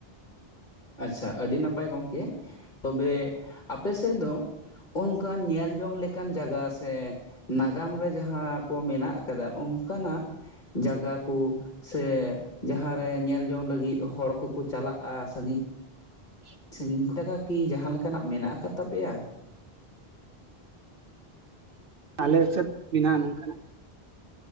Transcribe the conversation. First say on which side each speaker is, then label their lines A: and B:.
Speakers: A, on the left; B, on the right.
A: ᱟᱪᱷᱟ ᱟᱹᱰᱤ ᱱᱟᱯᱟᱭ ᱜᱚᱝᱠᱮ ᱛᱚᱵᱮ ᱟᱯᱮ ᱥᱮᱜ ᱫᱚ ᱚᱝᱠᱟᱱ ᱧᱮᱞ ᱡᱚᱝ ᱞᱮᱠᱟᱱ ᱡᱟᱜᱟ ᱥᱮ ᱱᱟᱜᱟᱢ ᱨᱮ ᱡᱟᱦᱟᱸ ᱠᱚ ᱢᱮᱱᱟᱜ ᱟᱠᱟᱫᱟ ᱚᱝᱠᱟᱱᱟᱜ ᱡᱟᱜᱟ ᱠᱩ ᱥᱮ ᱡᱟᱦᱟᱸ ᱨᱮ ᱧᱮᱞ ᱡᱚᱝ ᱞᱟᱹᱜᱤᱜ ᱦᱚᱲ ᱠᱚᱠᱚ ᱪᱟᱞᱟᱜᱼᱟ, ᱥᱟᱺᱜᱤᱧ
B: <inaudible>
A: ᱥᱟᱺᱜᱤᱧ ᱠᱷᱚᱜᱟ ᱠᱤ ᱡᱟᱦᱟᱸ ᱞᱮᱠᱟᱱᱟᱜ ᱢᱮᱱᱟᱜ ᱟᱠᱟᱫ ᱛᱟᱯᱮᱭᱟ?
B: ᱟᱞᱮ ᱥᱮᱫ ᱢᱮᱱᱟᱜᱼᱟ ᱱᱚᱝᱠᱟᱱᱟᱜ᱾